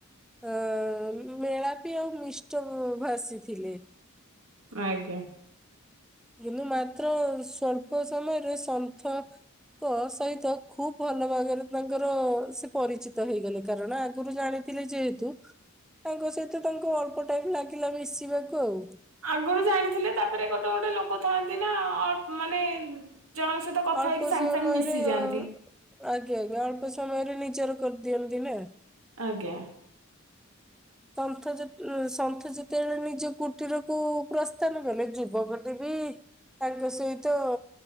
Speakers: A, in the centre; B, on the right (about 90°).
A: ଅ ମେଳାପି ଆଉ ମିଷ୍ଟ ଭାସିଥିଲେ।
B: ଆଜ୍ଞା।
A: କିନ୍ତୁ ମାତ୍ର ସ୍ଵଳ୍ପ ସମୟରେ ସନ୍ଥ ସହିତ ଖୁବ ଭଲ ଭାବରେ ତାଙ୍କର ସେ ପରିଚିତ ହେଇଗଲେ କାରଣ ଆଗରୁ ଜାଣି ଥିଲେ ଯେହେତୁ ତାଙ୍କ ସହିତ ତାଙ୍କୁ ଅଳ୍ପ ଟାଇମ୍ ଲାଗିଲା ମିଶିବାକୁ ଆଉ।
B: ଆଗରୁ ଜାଣିଥିଲେ ତାପରେ ଗୋଟେ ଗୋଟେ ଲୋକ ଥାନ୍ତି ନା ଅ ମାନେ ଜଣଙ୍କ ସହିତ କଥା
A: ଅଳ୍ପ
B: ହେଇକି ସାଙ୍ଗେ
A: ସମୟରେ
B: ସାଙ୍ଗେ ମିଶିଯାଆନ୍ତି
A: ଆଜ୍ଞା ଆଜ୍ଞା ଅଳ୍ପ ସମୟରେ ନିଜର କରିଦିଅନ୍ତି ନା।
B: ଆଜ୍ଞା।
A: ସନ୍ଥ ଯେତେ ସନ୍ଥ ଯେତେବେଳେ ନିଜ କୁଟୀରକୁୁ ପ୍ରସ୍ଥାନ କଲେ ଯୁବକଟି ବି ତାଙ୍କ ସହିତ